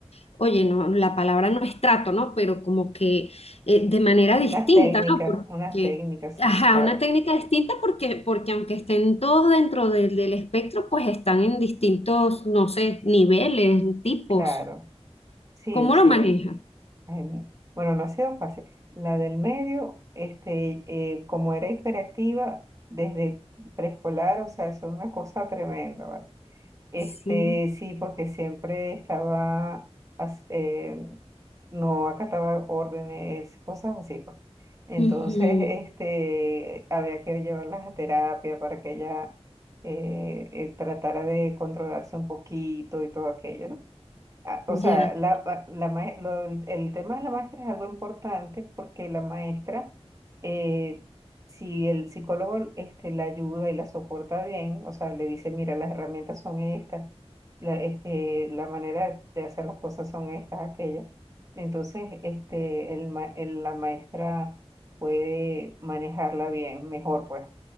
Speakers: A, on the left; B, on the right.
A: oye, no, la palabra no es trato, ¿no? Pero como que eh, de manera distinta,
B: Unas técnicas,
A: ¿no? Porque,
B: unas técnicas,
A: ajá,
B: sí, claro,
A: una técnica distinta porque, porque aunque estén todos dentro del, del espectro, pues están en distintos, no sé, niveles, tipos.
B: claro. Sí,
A: ¿Cómo
B: sí.
A: lo maneja?
B: Ay, no. bueno, no ha sido fácil. La del medio, este, eh, como era hiperactiva desde preescolar, o sea, es una cosa tremenda, ¿vale? Este,
A: Sí.
B: sí, porque siempre estaba, as- eh, no acataba órdenes, cosas así, pues. Entonces,
A: Ujú,
B: este, había que llevarlas a terapia para que ella eh, eh, tratara de controlarse un poquito y todo aquello, ¿no? Ah, O
A: Ya.
B: sea, la, la- la mae- lo- el tema de la maestra es algo importante porque la maestra, eh, si el psicólogo este, la ayuda y la soporta bien, o sea, le dice, mira, las herramientas son estas, la, este, la manera de hacer las cosas son estas, aquellas, entonces este, el, ma- el- la maestra puede manejarla bien, mejor pues.